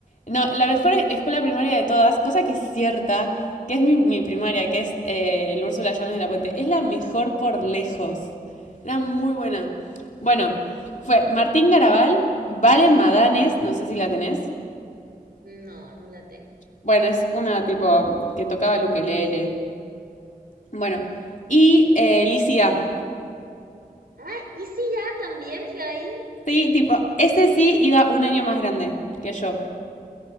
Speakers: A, on the left (about 50°); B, on the right (about 80°).
A: no, la mejor e- escuela primaria de todas, cosa que es cierta, que es mi, mi primaria, que es eh, el Úrsula Llanos de la Puente, es la mejor por lejos, era muy buena. Bueno, fue Martín Garabal, Valen Madanes, no sé si la tenés,
B: No, no la tengo.
A: bueno, es una tipo que tocaba el ukelele. Bueno, y eh, Licia.
B: Ah, Isi ya también fue ahí.
A: Sí, tipo, ese sí iba un año más grande que yo.